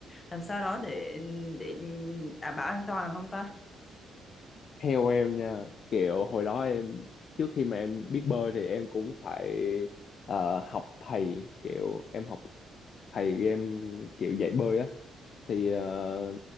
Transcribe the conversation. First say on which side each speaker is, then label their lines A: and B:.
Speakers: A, on the left; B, on the left.
A: làm sao đó để để đảm bảo an toàn không ta
B: Theo em nha, kiểu hồi đó em trước khi mà em biết bơi thì em cũng phải ờ, học thầy kiểu em học thầy em kiểu dạy bơi á thì ờ,